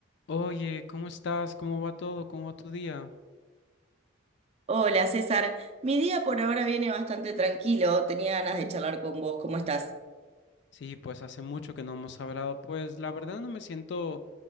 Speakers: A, on the left; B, on the right.
A: Oye, ¿cómo estás? ¿Cómo va todo? ¿Cómo va tu día?
B: Hola César, mi día por ahora viene bastante tranquilo, tenía ganas de charlar con vos, ¿cómo estás?
A: Sí, pues hace mucho que no hemos hablado. Pues la verdad no me siento